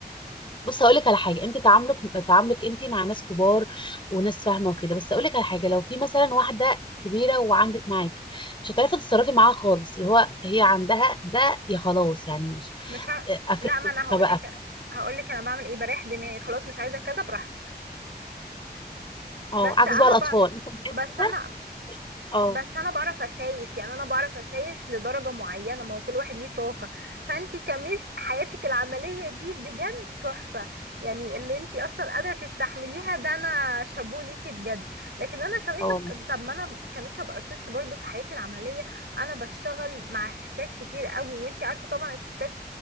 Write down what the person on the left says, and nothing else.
بص هقول لك على حاجه انت تعاملك تعاملك انت مع ناس كبار وناس فاهمه وكده بس هقول لك على حاجه لو في مثلا واحده كبيره وعندك معاكي مش هتعرفي تتصرفي معاها خالص اللي هو هي عندها ده يا خلاص يعني مش
آه، قفلت
دماغها
بقى فاهم؟
اه
عكس
بقى الاطفال
انت مش عايز
كده
مش اه
اه والله